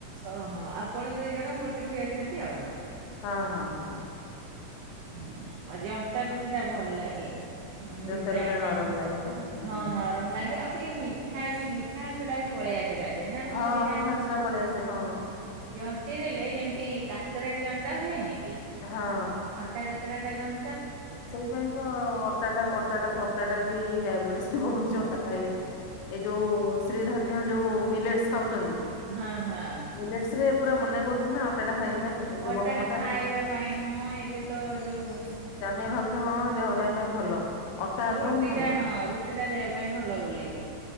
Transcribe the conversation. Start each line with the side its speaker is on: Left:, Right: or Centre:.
Right: ଓହୋଃ ଆପଣ ଦୁଇ ଜଣ ଗୋଟେ ଠେଇଁ ଅଛନ୍ତି ଆଉ!
Left: ହଁ ହଁ ହଁ!
Right: ହୁଁ! ଆଉ ଯନ୍ତା ରୁଟି ଟା ଭଲ ଲାଗେ। ମୁଁ
Left: ଯନ୍ତା
Right: ବି ପ୍ରାୟ
Left: ରୁଟି ଟା
Right: ଟାଇମ
Left: ନରମ ଲାଗେ ନା। ହୁଁ!
Right: ହଁ ନରମ ଲାଗେ ଆଉ ଟିକେ ମିଠା ବି ମିଠା ଆଞ୍ଚଟା ବି ପଳେଇ ଆସେ। ତା ଦେହରେ ନା କଣ
Left: ହଁ
Right: କେଜାଣି
Left: ମିଠା ଅଂଶଟା ପଳେଇ ଆସେ, ହଁ।
Right: ଜନ୍ତି ଦେଲେ ଯେମିତି କାକରାରେ ଜନ୍ତା ହୁଏନି କି?
Left: ହଁ।
Right: ଅଟା କା କାକରା ଟା ଯ
Left: ସେଇପାଇଁ ତ ଅଟାଟାକୁ ଅଟାଟାକୁ ଅଟାଟାରେ ବି ଡାଇବେଟିସ୍ ବଢୁଛି ଅଟା ଖାଇଲେ। ଏଇ ଯୋଉ ଶ୍ରୀଧନ୍ୟ ଯୋଉ ମିଲେଟ୍ସ୍ ଖାଉଛନ୍ତି?
Right: ହଁ, ହଁ!
Left: ମିଲେଟସ୍ ରେ ପୁରା ମନା କରୁଛି ନା ଅଟାଟା ଖାଇବା ପାଇଁ ଏ ଯୋଉ
Right: ଅଟାଟା
Left: ଗହମ ଟା।
Right: ଖାଇବା ପାଇଁ। ହଁ ଏବେ ତ ଯୋଉ
Left: ଭାବୁଛି ହଁ ଦେହଟା ପାଇଁ ଏ ଭଲ ଅଟା ଆଦୌ
Right: ରୁଟି
Left: ନୁହେଁ।
Right: ଟା ହଁ ରୁଟି ଟା ଦେହ ପାଇଁ ଭଲ ବୋଲି କି।